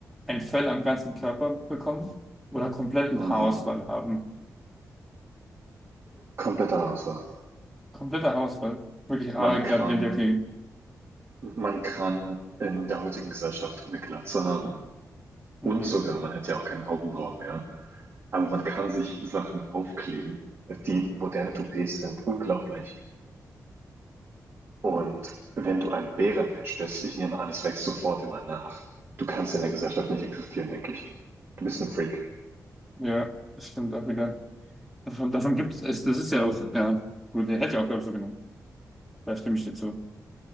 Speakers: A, in the centre; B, on the right.
A: ein Fell am ganzen Körper bekommen oder kompletten
B: Mhm.
A: Haarausfall haben?
B: Kompletter Auswahl.
A: Kompletter Haarausfall. Wirklich aalglatt,
B: Man kann,
A: wenn der ging.
B: man kann in der heutigen Gesellschaft eine Glatze haben.
A: Mhm.
B: Und sogar, man hätte ja auch keine Augenbrauen mehr. Aber man kann sich Sachen aufkleben. Die moderne Toupets sind unglaublich. Und wenn du ein Bärenmensch bist, ich nehme an, es wächst sofort immer nach. Du kannst in der Gesellschaft nicht existieren, denke ich. Du bist ein Freak.
A: Ja, das stimmt auch wieder. Davon, davon gibt es, es- das ist ja auch, ja, gut, der hätte ich auch, glaube ich, so genommen. Da stimme ich dir zu.